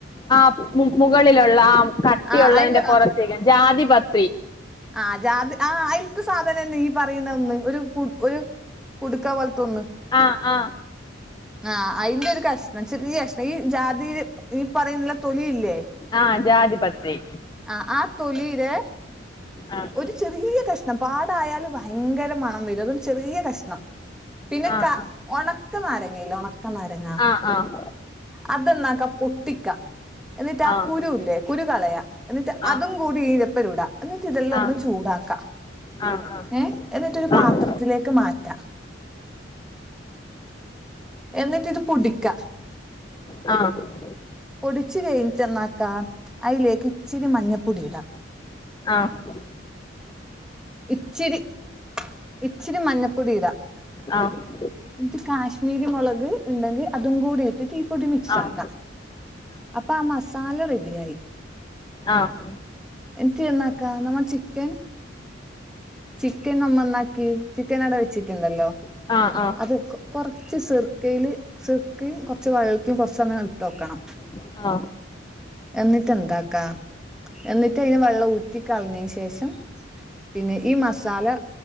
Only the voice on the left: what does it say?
ആ മുകളിലുള്ള ആഹാ കട്ടിയുള്ളതിന്റെ
പുറത്തുള്ള ജാതിപത്രി.
ആഹാ ആഹാ.
ആഹാ ജാധിപത്രി.
ആഹ്
ആഹ്
ആഹ് ആഹ്
ആഹ്
ആഹ്
ആഹ്
ആഹ് ആഹ്
ആഹ് ആഹ്
ആഹ്
ആഹാ... !
ആഹാ.. !
ആഹ് ആഹ്
ആഹാ.... !
ആഹ്
ആഹ് ആഹ്